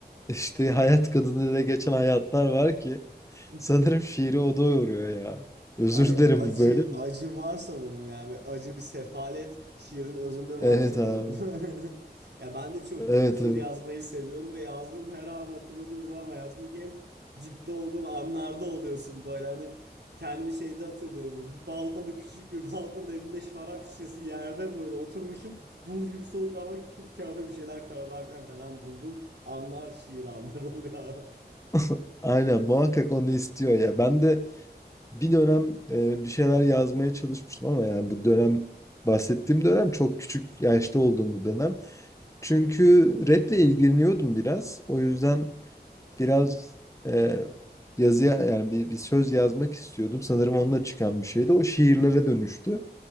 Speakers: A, on the left; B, on the right.
A: işte hayat kadınıyla geçen hayatlar var ki
B: <laughs>
A: sanırım şiiri o doyuruyor ya. Özür
B: Ay,
A: dilerim
B: acı
A: bu böyle mi?
B: acı var sanırım yani. Ve Acı bir sefalet şiirin özünde var
A: Evet
B: sanırım.
A: abi.
B: <laughs> Ya ben de çok
A: Evet
B: şiir
A: evet.
B: yazmayı seviyorum ve yazdığım her an hatırladığım zaman hayatımdaki en dipte olduğun anlarda oluyorsun böyle hani kendimi şeyde hatırlıyorum. böyle Bir balkonda küçük bir balkonda elimde şarap şişesi yerde böyle oturmuşum. Buz gibi soğuk ama ka- kağıda bir şeyler karalarken falan buldum. Anlar şiir anlar oluyor abi.
A: <laughs> Aynen muhakkak onu istiyor ya. Ben de Bir dönem e, bir şeyler yazmaya çalışmıştım ama yani bu dönem bahsettiğim dönem çok küçük yaşta olduğum bir dönem. Çünkü raple ilgileniyordum biraz. O yüzden biraz e, yazıya yani bir, bir söz yazmak istiyordum. Sanırım onunla çıkan bir şeydi. O şiirlere
B: <laughs> <laughs>
A: dönüştü.